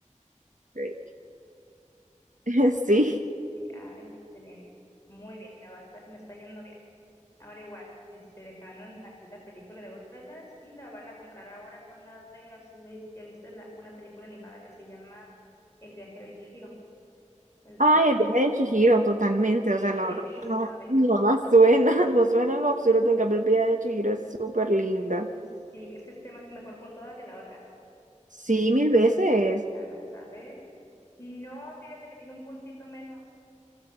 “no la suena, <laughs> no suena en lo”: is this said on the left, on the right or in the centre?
Right